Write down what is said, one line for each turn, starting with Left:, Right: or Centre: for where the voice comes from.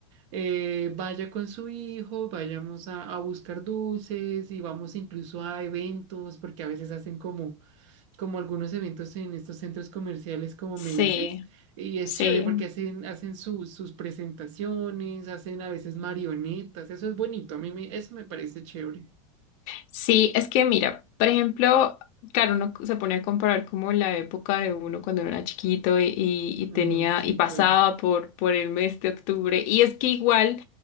Right: eh, vaya con su hijo, vayamos a, a buscar dulces y vamos incluso a eventos, porque a veces hacen como como algunos eventos en estos centros comerciales, como
Left: Sí,
Right: me dices, y es
Left: sí.
Right: chévere porque hacen, hacen sus sus presentaciones, hacen a veces marionetas, eso es bonito, a mí me, eso me parece chévere.
Left: Sí, es que mira, por ejemplo, claro, uno se pone a comparar como la época de uno cuando era chiquito y, y- y tenía
Right: Mm, sí,
Left: y pasaba
Right: claro.
Left: por, por el mes de octubre. Y es que igual,